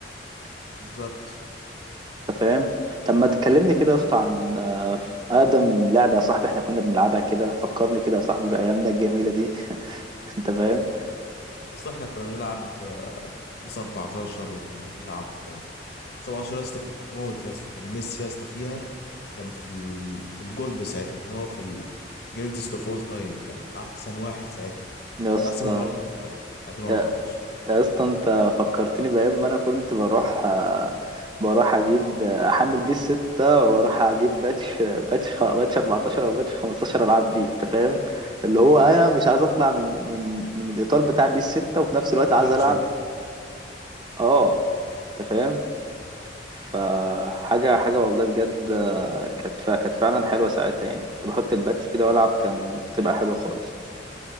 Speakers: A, on the left (about 55°); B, on the right (about 25°).
A: بالظبط
B: انت فاهم طب ما تكلمني كده يا اسطى عن آه، اقدم لعبه يا صاحبي احنا كنا بنلعبها كده فكرني كده يا صاحبي بايامنا الجميله دي <laughs> انت فاهم
A: بس إحنا كنا بنلعب آه، بيس 14 وكنا بنلعب آه، 17 يا اسطى كان موت يا اسطى كان ميسي يا اسطى فيها كان في ال... في الجولد ساعتها كان هو في الجريتست اوف اول تايم كان أحسن واحد ساعتها
B: يا اسطى
A: كان أحسن من رونالدو طبعا 2014
B: يا يا اسطى انت فكرتني بايام ما انا كنت بروح آه، بروح اجيب آه، احمل بيه الستة واروح اجيب باتش باتش خ- باتش 14 او باتش 15 العاب بيه انت فاهم اللي هو انا مش عايز اطلع من من من الاطار بتاع بيه الستة وفي نفس الوقت
A: نوستالجيا
B: عايز العب اه انت فاهم فحاجة حاجة والله بجد آه، كانت فا- كانت فعلا حلوة ساعتها يعني كنت بحط الباتش كده وألعب كان بتبقى حلوة خالص